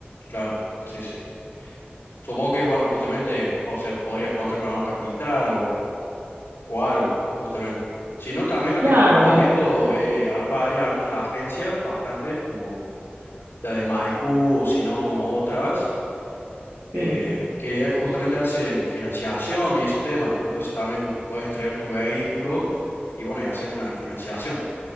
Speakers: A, on the left; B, on the right.
A: claro, sí, sí. Supongo que, bueno, justamente, o sea, podrías contar con algún capital o, o algo, justamente. Si no, también lo
B: Claro,
A: que te recomiendo
B: me,
A: es al- vaya a algunas agencias, bastantes, como la de Maipú o si no otras, eh,
B: sí.
A: que justamente hacen financiación y esos temas. Entonces también puedes entregar tu vehículo y bueno, y hacer una financiación.